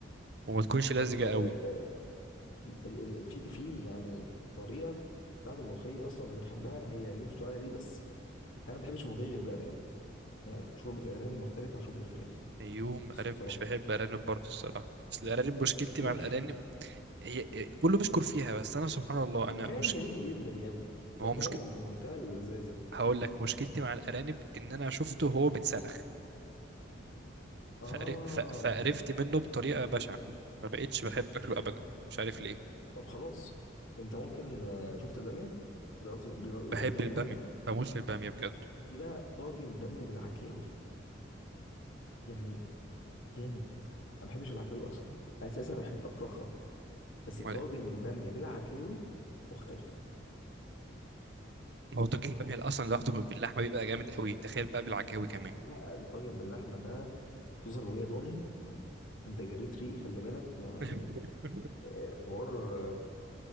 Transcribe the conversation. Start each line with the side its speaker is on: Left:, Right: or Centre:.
Right: وما تكونش لزجة
Left: طب آه،
Right: قوي
Left: ال ال في في يعني طريقة بتاعت الملوخية اصلا اللي بحبها هي اللي انت بتقول عليها دي بس انا ما بحبش الملوخية غير بالارانب يعني شوربة الارانب مختلفة عن شوربة الفراخ
Right: يوم ارانب
Left: بصراحة
Right: مش بحب ارانب برضه الصراحه بس الارانب مشكلتي
Left: ليه
Right: مع الارانب
Left: <laughs>
Right: هي كله بيشكر فيها بس انا سبحان الله انا
Left: ده كان
Right: مش
Left: جميل جدا يا ابني ده
Right: ما هو
Left: كان
Right: مشكل
Left: في منتهى اللذاذة
Right: هقول لك مشكلتي مع الارانب ان انا شفته وهو بيتسلخ
Left: اه
Right: فقر- ف- فقرفت منه بطريقه بشعه ما بقتش بحب اكله ابدا مش عارف ليه
Left: طب خلاص انت ممكن آه، شفت الباميه جربت الب- الباميه
Right: بحب الباميه
Left: قبل كده
Right: بموت في الباميه بجد
Left: في بقى طاجن باميه بالعكاوي يعني جامد انا ما بحبش العكاوي اصلا اساسا بحب اكرهها بس طاجن
Right: امال إيه؟
Left: الباميه بالعكاوي مختلف
Right: ما هو طاجن الباميه اصلا لوحده باللحمه بيبقى جامد قوي تخيل بقى بالعكاوي كمان
Left: لا الطاجن باللحمه ده خصوصا لو هي ضاني انت جريت ريقي خلي بالك يعني
Right: <laughs>
Left: الحوار آه،